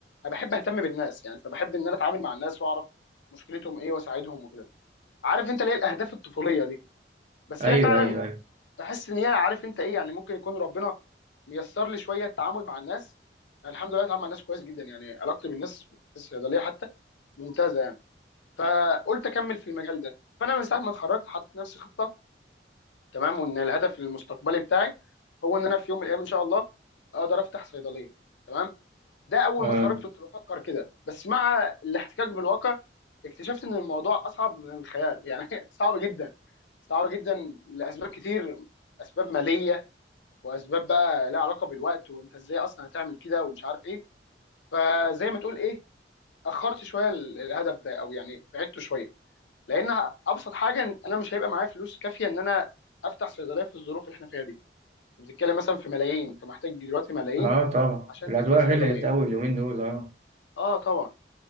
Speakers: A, on the left (about 80°); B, on the right (about 40°).
A: انا بحب اهتم بالناس يعني فبحب ان انا اتعامل مع الناس واعرف مشكلتهم ايه واساعدهم وكده عارف انت ليه الاهداف الطفوليه دي بس
B: ايوه
A: هي فعلا
B: ايوه ايوه
A: تحس ان هي عارف انت ايه يعني ممكن يكون ربنا ميسر لي شويه التعامل مع الناس أنا الحمد لله بتعامل مع الناس كويس جدا يعني علاقتي بالناس في الصيدليه حتى ممتازه يعني فقلت اكمل في المجال ده فانا من ساعه ما اتخرجت حاطط نفسي خطه تمام وان الهدف المستقبلي بتاعي هو ان انا في يوم من الايام ان شاء الله اقدر افتح صيدليه تمام ده اول
B: اه
A: ما اتخرجت كنت بفكر كده بس مع الاحتكاك بالواقع اكتشفت ان الموضوع اصعب من الخيال يعني <laughs> صعب جدا صعب جدا لاسباب كتير اسباب ماليه واسباب بقى لها علاقه بالوقت وانت ازاي اصلا هتعمل كده ومش عارف ايه فزي ما تقول ايه اخرت شويه ال- الهدف ده او يعني بعدته شويه لان ابسط حاجه إن انا مش هيبقى معايا فلوس كافيه ان انا افتح صيدليه في الظروف اللي احنا فيها دي بتتكلم مثلا في ملايين انت محتاج دلوقتي ملايين
B: اه طبعا
A: عشان
B: الأدوية
A: تفتح صيدليه
B: غليت أوي اليومين دول اه
A: اه طبعا